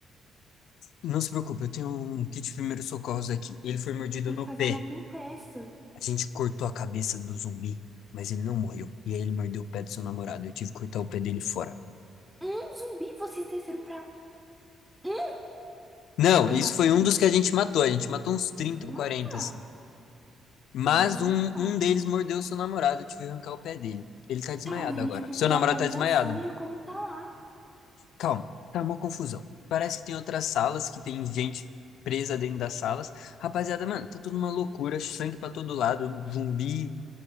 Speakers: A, on the left; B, in the centre.
A: Não se preocupe, eu tenho um kit de primeiros socorros aqui. Ele foi mordido
B: Vai ter
A: no
B: que fazer
A: pé.
B: uma compressa.
A: A gente cortou a cabeça do zumbi, mas ele não morreu. E aí ele mordeu o pé do seu namorado. Eu tive que cortar o pé dele fora.
B: Um zumbi, vocês desceram pra. um?
A: Não,
B: Eu
A: isso
B: não acredito.
A: foi um dos que a gente matou. A gente matou uns trinta,
B: Ah,
A: ou 40,
B: tá.
A: assim. Mas
B: Ah.
A: um,
B: tá.
A: um deles mordeu o seu namorado. Eu tive que arrancar o pé dele. Ele tá desmaiado
B: Tá, mas a gente
A: agora.
B: precisa
A: Seu
B: de
A: namorado
B: atualizações
A: tá desmaiado.
B: de como tá lá.
A: Calma, tá uma confusão. Parece que tem outras salas que tem gente presa dentro das salas. Rapaziada, mano, tá tudo uma loucura, sangue pra todo lado, zumbi